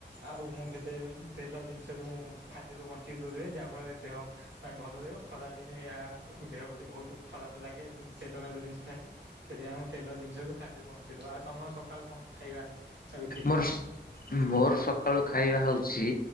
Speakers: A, on the right; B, on the left.
A: ଆଉ ମୁଁ କେତେ ତେଲ ଜିନିଷରୁୁ ଖାଦ୍ୟରୁ ବଞ୍ଚିତ ରୁହେ ଯାହା ଫଳରେ ଦେହ ପାଇଁ ଭଲ ରହିବ ଖରା ଦିନେ ଏହା ଦେହ ପ୍ରତି ବହୁତ ଖରାପ ଲାଗେ, ତେଲ ମେଲ ଜିନିଷ ଖାଇଲେ ସେଥିପାଇଁ ମୁମ ତେଲ ଜିନିଷୁ ଖାଦ୍ୟରେ ବଞ୍ଚିଥ। ଆଉ ତମ ସକାଳୁ କଣ ଖାଇବା? ରୁଟିନ?
B: ମୋର ମୋର ସକାଳୁ ଖାଇବା ହଉଛି,